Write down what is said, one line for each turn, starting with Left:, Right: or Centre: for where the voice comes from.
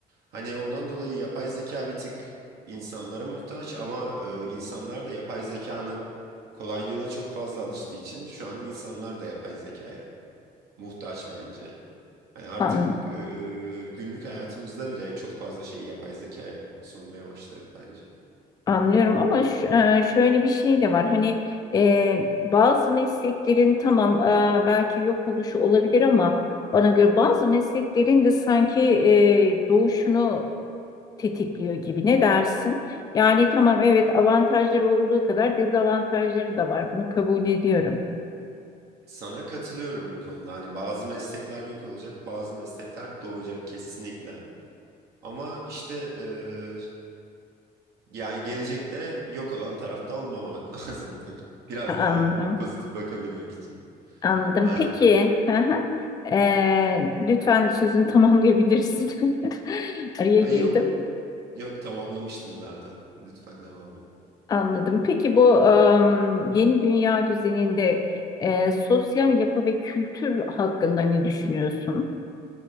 Right: Hani ondan dolayı yapay zeka bir tık insanlara muhtaç ama e, insanlar da yapay zekanın kolaylığına çok fazla alıştığı için şu an insanlar da yapay zekaya muhtaç bence. Hani artık
Left: An-
Right: e, e, günlük hayatımızda bile çok fazla şeyi yapay zekaya sormaya başladık bence.
Left: Anlıyorum ama ş- e, şöyle bir şey de var. Hani e, bazı mesleklerin tamam e, belki yok oluşu olabilir ama bana göre bazı mesleklerin de sanki e, doğuşunu tetikliyor gibi. Ne dersin? Yani tamam evet avantajları olduğu kadar dezavantajları da var. Bunu kabul ediyorum.
Right: Sana katılıyorum bu konuda. Hani bazı meslekler yok olacak, bazı meslekler doğacak kesinlikle. Ama işte eee, yani gelecekte yok olan tarafta olmamak <laughs> lazım. Biraz
Left: Anladım.
Right: daha pozitif bakabilmek için.
Left: Anladım.
Right: Ben
Left: Peki. Hı hı. Ee, lütfen sözünü tamamlayabilirsin. <laughs> Araya
Right: ay
Left: girdim.
Right: yok yok tamamlamıştım zaten. Lütfen devam et.
Left: Anladım. Peki bu em, yeni dünya düzeninde e, sosyal yapı ve kültür hakkında ne düşünüyorsun?